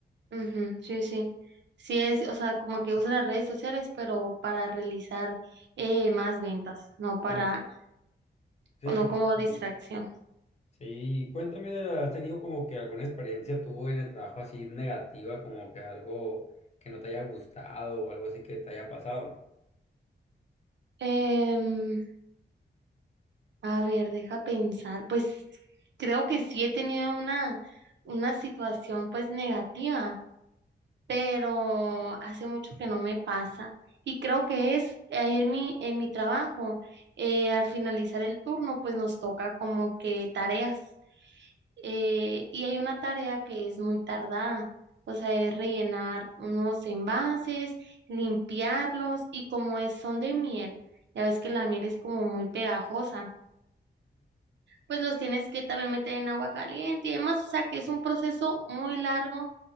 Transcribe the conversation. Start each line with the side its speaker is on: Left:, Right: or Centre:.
Right: Ujú, sí, sí. Sí es, o sea, como que usa las redes sociales, pero para realizar eh, más ventas, no para,
Left: Es- sí,
Right: no
Left: exactamente.
Right: como distracción.
Left: Sí, cuéntame, ¿has tenido como que alguna experiencia tú en el trabajo así negativa, como que algo que no te haya gustado o algo así que te haya pasado?
Right: Em, A ver, deja pensar. Pues creo que sí he tenido una, una situación pues negativa, pero hace mucho que no me pasa. Y creo que es ayer mi, en mi trabajo, eh, al finalizar el turno, pues nos toca como que tareas. eh, y hay una tarea que es muy tardada, o sea, es rellenar unos envases, limpiarlos y como es, son de miel, ya ves que la miel es como muy pegajosa pues los tienes que también meter en agua caliente y demás, o sea que es un proceso muy largo